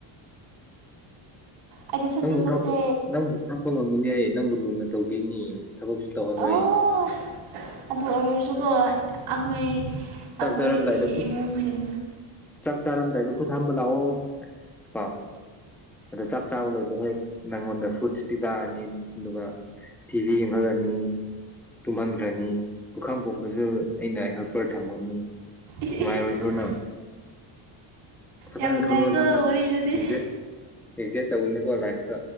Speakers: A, on the right; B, in the centre.
A: ꯑꯩꯗꯤ ꯁꯛꯇ
B: ꯅꯪꯕꯨ
A: ꯆꯠꯇꯦ
B: ꯊꯔꯛꯄ ꯅꯪꯕꯨ ꯊꯥꯔꯛꯄ ꯉꯝꯃꯅꯤ ꯑꯩ ꯅꯪꯕꯨ ꯂꯨꯅ ꯇꯧꯈꯤꯅꯤ ꯊꯕꯛꯁꯨ ꯇꯧꯍꯜꯂꯣ
A: ꯑꯣ
B: ꯑꯩ
A: ꯑꯗꯨ ꯑꯣꯏꯔꯁꯨꯀꯣ ꯑꯩꯈꯣꯏ ꯑꯩꯈꯣꯏꯒꯤ
B: ꯆꯥꯛꯗꯥꯔꯝꯗꯥꯏꯗ
A: ꯏꯃꯨꯡꯁꯤꯡ
B: ꯆꯥꯛ ꯆꯥꯔꯝꯗꯥꯏꯗꯣ ꯈꯨꯠ ꯍꯥꯝꯕ ꯂꯥꯛꯑꯣ ꯀꯣ ꯑꯗꯣ ꯑꯗꯨꯗ ꯍꯦꯛ ꯅꯪꯉꯣꯟꯗ ꯐꯨꯠꯁ ꯄꯤꯖꯥꯅꯤ ꯑꯗꯨꯒ ꯇꯤꯚꯤ ꯏꯪꯈꯂ꯭ꯔꯥꯅꯤ ꯇꯣꯍꯥꯟꯒ꯭ꯔꯥꯅꯤ ꯎꯈꯥ ꯄꯨꯝꯝꯕꯁꯨ ꯑꯩꯅ ꯍꯦꯜꯄꯔ ꯊꯝꯒꯅꯤ
A: ꯏꯁ
B: ꯅꯨꯡꯉꯥꯏꯔꯣꯏꯗꯣꯏꯅ
A: ꯏꯁ
B: ꯐꯖꯅ
A: ꯌꯥꯝ ꯅꯨꯡꯉꯥꯏꯀꯣ
B: ꯈꯜꯂꯣꯗ ꯅꯪ
A: ꯋꯥꯔꯤꯗꯗꯤ
B: ꯑꯦꯛꯦ ꯑꯦꯛꯖꯦꯠ ꯇꯧꯅꯤꯀꯣ ꯂꯥꯏꯐꯇ